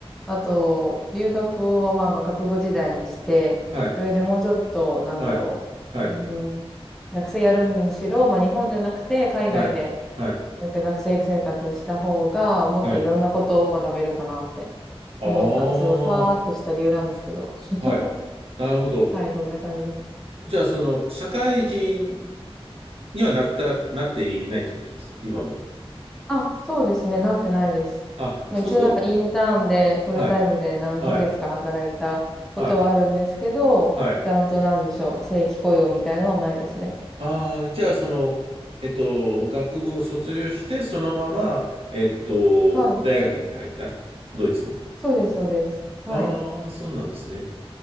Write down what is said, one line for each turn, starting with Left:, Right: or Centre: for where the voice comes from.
Centre: あと、留学をまあ学部時代にして、
Right: はい、
Centre: それでもうちょっと、なんだろう、
Right: はい、はい、
Centre: うん、学生やるにしろ、まあ、日本じゃなくて海外で
Right: はい、はい、はい、
Centre: もう一回学生生活した方が、もっといろんなことを学べるかなって
Right: はい。あ
Centre: 思ったって、すごいふわーっとした理由なんですけど。
Right: あ、
Centre: <laughs>
Right: はい。なるほど。
Centre: はい、そんな感じです。
Right: じゃあ、その、社会人にはなった、なっていないってことですか今まで。
Centre: あ、そうですね、なってないです。
Right: あ、
Centre: まあ一応なんかインターンでフルタイムで何ヶ月か働いたことはあるんですけど、
Right: そうすると、はい、はい、はい、はい、はい。
Centre: ちゃんとなんでしょう、正規雇用みたいなのはないですね。
Right: ああ、じゃあ、その、えっと、学部を卒業して、そのまま、えっと、
Centre: はい。
Right: 大学に入ったドイツの。
Centre: そうです、そうです。はい。
Right: ああ、そうなんですね。